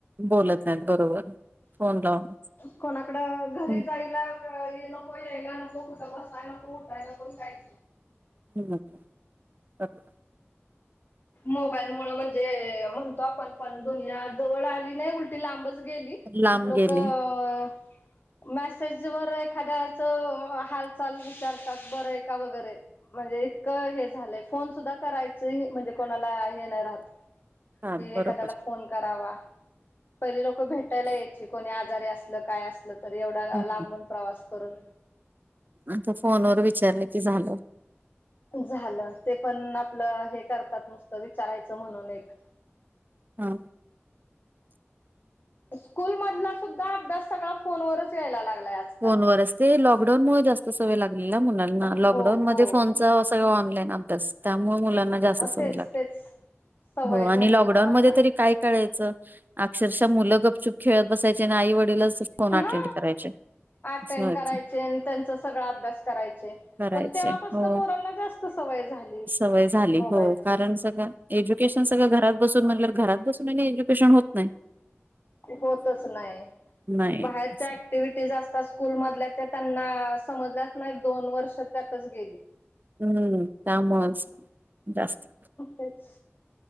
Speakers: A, on the right; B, on the left.
A: बोलत नाहीत बरोबर फोन लावून.
B: कोणाकडं घरी
A: हं,
B: जायला हि नको, यायला नको, कुठं बसाय नको, उठाय नको काय.
A: हम्म. <unintelligible>
B: मोबाईलमुळं म्हणजे म्हणतो आपण पण दुनिया जवळ आली नाही, उल ती लांबच गेली.
A: लांब
B: लोकं
A: गेले
B: मॅसेजवर एखाद्याच हालचाल विचारतात बरं आहे का वगैरे. म्हणजे इतकं हे झालंय, फोन सुद्धा करायचं ते म्हणजे कोणाला हे नाही राहत
A: हा
B: की एखाद्याला
A: बरोबर.
B: फोन करावा. पहिले लोक भेटायला यायची कोणी आजारी असलं, काय असं नाही तर एवढा
A: हम्म
B: लांबून प्रवास करून
A: आता फोनवर विचारलं की झालं.
B: झालं. ते पण आपलं हे करतात नुसतं विचारायचं म्हणून एक
A: हा.
B: स्कूलमधला सुद्धा अभ्यास सगळा फोनवरच यायला लागलायं आज.
A: फोनवरच ते लॉकडाऊनमुळं जास्त सवय लागली ना मुलांना.
B: हो
A: लॉकडाऊनमध्ये
B: हो
A: फोनचा सगळं ऑनलाईन अभ्यास त्यामुळे मुला जास्त सवय
B: तेच
A: लागली.
B: तेच सवय
A: हो आणि
B: झाली
A: लाॅकडाउनमध्ये
B: पोरांना.
A: तरी काय करायचं अक्षरशः मुलं गपचुप खेळत बसायचे आणि आई वडीलच फोन
B: हा
A: अटेंड करायचे.
B: अटेंड
A: असं व्हायचं
B: करायचे आणि त्यांच सगळा अभ्यास करायचे.
A: करायचे
B: पण तेव्हापासन
A: हो
B: पोरांना जास्त सवय झाली.
A: सवय झाली
B: मोबाईलची.
A: हो कारण. सगळं एज्युकेशन सगळं घरात म्हट घरात बसून आणि एज्युकेशन होत नाय.
B: होतच नाही
A: नाही
B: बाहेरच्या
A: असं.
B: ऍक्टिव्हटीज आस स्कूल मधल्या ते त्यांना समजल्यात नाही दोन वर्ष त्यातच गेली.
A: हम्म त्यामुळस जास्त.
B: तेच